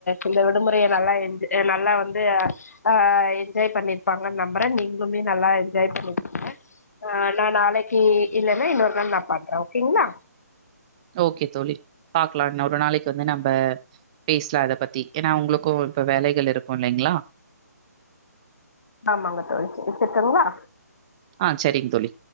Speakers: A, on the left (about 60°); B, on the right (about 20°).
A: இந்த விடுமுறைய நல்லா என் நல்லா வந்து ஆ என்ஜாய் பண்ணிருப்பாங்கன்னு நம்புறே நீங்களுமே நல்லா என்ஜாய் பண்ணிப்பங்க ஆ நா நாளைக்கு இல்லன்னா இன்னொரு நாள் நா பண்றோ ஓ கேங்களா
B: ஓகே தோழி பாக்கலா இன்னொரு நாளைக்கு வந்து நம்ம பேசலா இத பத்தி ஏன்னா உங்களுக்கு இப்ப வேலைகள் இருக்கு இல்லைங்களா
A: ஆமாங்க தோழி வச்சருட்டுங்களா
B: ஆ சரிங்க தோழி